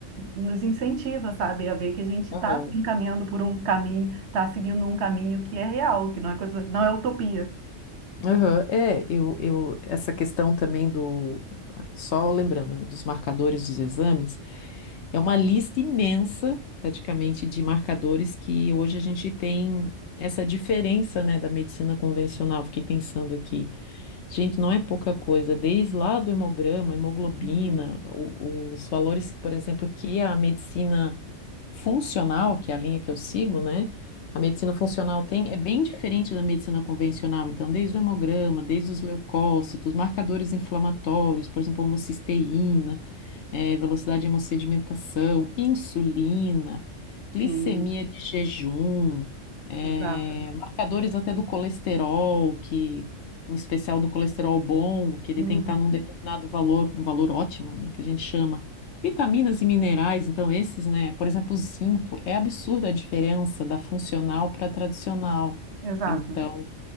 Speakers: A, on the right; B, on the left.
A: nos incentiva, sabe, a ver que a gente
B: Aham.
A: está se encaminhando por um caminho, está seguindo um caminho que é real, que não é coisa, não é utopia.
B: Aham, É, eu, eu, essa questão também do, só lembrando, né, dos marcadores dos exames, é uma lista imensa, praticamente, de marcadores que hoje a gente tem essa diferença, né, da medicina convencional. Fiquei pensando aqui, gente, não é pouca coisa, desde lá do hemograma, hemoglobina,
A: Uhum.
B: o- os valores, por exemplo, que a medicina funcional, que é a linha que eu sigo, né? A medicina funcional tem, é bem diferente da medicina convencional, então, desde o hemograma, desde os leucócitos, marcadores inflamatórios, por exemplo, homocisteína eh, velocidade de hemossedimentação, insulina, glicemia
A: Sim,
B: de jejum, eh,
A: exato.
B: marcadores até do colesterol, que em especial do colesterol bom, que ele
A: Uhum.
B: tem que estar num determinado valor, um valor ótimo, né, que a gente chama. Vitaminas e minerais, então esses, né, por exemplo, o zinco, é absurda a diferença da funcional para a tradicional.
A: Exato.
B: Então,